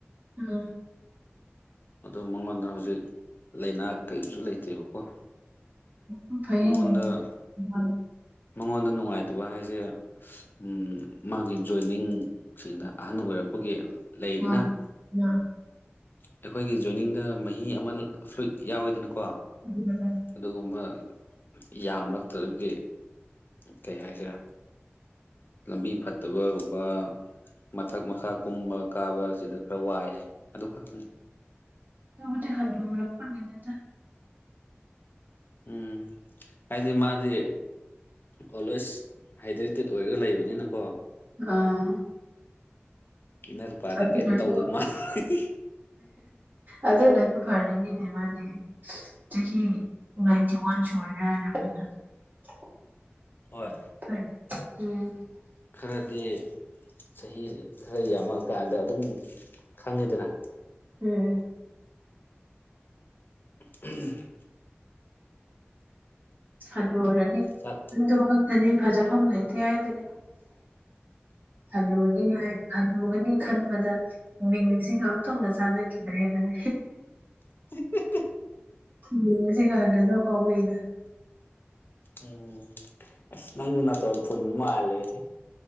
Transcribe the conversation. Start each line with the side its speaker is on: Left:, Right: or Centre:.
Right: ꯎꯝ <unintelligible>
Left: ꯑꯗꯣ ꯃꯉꯣꯟꯗ ꯍꯧꯖꯤꯛ ꯂꯩꯅꯥ ꯀꯩꯁꯨ ꯂꯩꯇꯦꯕꯀꯣ
Right: ꯎꯝ ꯐꯩꯌꯦꯅꯦ
Left: ꯃꯉꯣꯟꯗ
Right: ꯗ <unintelligible>
Left: ꯃꯉꯣꯟꯗ ꯅꯨꯡꯉꯥꯏꯇꯕ ꯍꯥꯏꯁꯦ ꯎ ꯃꯥꯒꯤ ꯖꯣꯏꯅꯤꯡꯁꯤꯡꯗ ꯑꯍꯟ ꯑꯣꯏꯔꯛꯄꯒꯤ ꯂꯩꯗꯅ
Right: ꯎ ꯎ
Left: ꯑꯩꯈꯣꯏꯒꯤ ꯖꯣꯏꯅꯤꯡꯗ ꯃꯍꯤ ꯑꯃ ꯐ꯭ꯂꯨꯏꯠ ꯌꯥꯎꯋꯤꯗꯅꯀꯣ
Right: ꯎꯝ
Left: ꯑꯗꯨꯒꯨꯝꯕ ꯌꯥꯝꯂꯛꯇꯒꯤ ꯀꯩ ꯍꯥꯏꯁꯔꯦ ꯂꯝꯕꯤ ꯐꯠꯇꯕꯒꯨꯝꯕ ꯃꯊꯛ ꯃꯈꯥ ꯀꯨꯝꯕ ꯀꯥꯕꯕꯁꯤꯗ ꯈꯔ ꯋꯥꯏ ꯍꯥꯏ ꯑꯗꯨ ꯈꯛꯇꯅꯤ
Right: ꯑꯗꯨꯨꯗꯤ ꯍꯅꯨꯔꯛꯄꯒꯤꯅꯤ ꯗ
Left: ꯎꯝ ꯍꯥꯏꯗꯤ ꯃꯥꯗꯤ ꯑꯣꯜꯋꯦꯁ ꯍꯥꯏꯗ꯭ꯔꯦꯇꯦꯠ ꯑꯣꯏꯔꯒ ꯂꯩꯕꯅꯤꯅ ꯀꯣ
Right: ꯑꯥ
Left: ꯀꯤꯅꯔꯨꯄꯥꯗꯤ
Right: ꯑꯗꯨꯅꯁꯨ
Left: ꯀꯔꯤꯝ ꯇꯧꯗꯣꯏ ꯃꯥꯜꯂꯤ
Right: ꯑꯗꯨꯅꯁꯨ ꯐꯔꯤꯅꯤꯅꯦ ꯃꯥ ꯗꯤ ꯆꯍꯤ ꯅꯥꯏꯟꯇꯤ ꯋꯥ ꯟ ꯊ <unintelligible>
Left: ꯍꯣꯏ
Right: ꯍꯣꯏ ꯎꯝ
Left: ꯈ꯭ꯔꯗꯤ ꯆꯍꯤ ꯈ꯭ꯔꯥ ꯌꯥꯝꯃꯛꯀꯥꯟꯗ ꯑꯗꯨꯝ ꯈꯪꯉꯤꯗꯅ
Right: ꯎꯝ
Left: ꯎꯝ <unintelligible>
Right: ꯍꯟꯂꯨꯔꯅꯤ
Left: ꯆꯥꯛ
Right: ꯑꯗꯨ ꯃꯛ ꯇꯥꯗꯤ ꯐꯖꯐꯝ ꯂꯩꯇꯦ ꯍꯥꯏꯗꯨꯅꯤ ꯍꯅꯣꯅꯤ ꯍꯥꯏ ꯍꯅꯨꯨꯒꯅꯤ ꯈꯟꯕꯗ ꯃꯤꯅꯧꯡꯁꯤꯒ ꯑꯟꯊꯣꯛꯅ ꯆꯥꯟꯅꯈꯤꯗ꯭ꯔꯦ ꯅꯪ
Left: <unintelligible>
Right: ꯌꯦꯡꯉꯁꯤꯚ ꯍꯅꯨꯕ ꯀꯧ ꯏ ꯗ
Left: ꯎꯝ ꯑꯁ ꯅꯪꯖꯨ ꯅꯇꯣꯟ ꯐꯣꯟꯕꯥ ꯃꯥꯜꯂꯦ ꯍꯦ